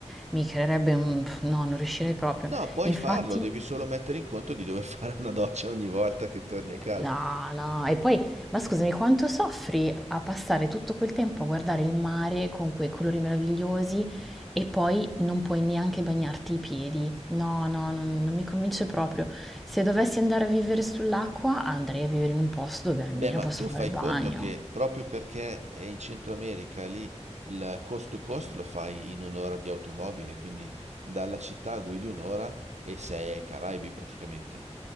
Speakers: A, in the centre; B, on the right.
A: mi creerebbe un... no, non riuscirei proprio.
B: No, puoi
A: Infatti,
B: farlo, devi solo mettere in conto di dover <laughs> fare una doccia ogni volta che torni a casa.
A: No, no, e poi, ma scusami, quanto soffri a passare tutto quel tempo a guardare il mare con quei colori meravigliosi e poi non puoi neanche bagnarti i piedi? No, no, non, non mi convince proprio. Se dovessi andare a vivere sull'acqua, andrei a vivere in un posto dove almeno
B: Beh, ma
A: posso
B: tu
A: fare
B: fai
A: il bagno.
B: conto che proprio perché è in Centro America, lì il coast to coast lo fai in un'ora di automobile, quindi dalla città guidi un'ora e sei ai Caraibi praticamente.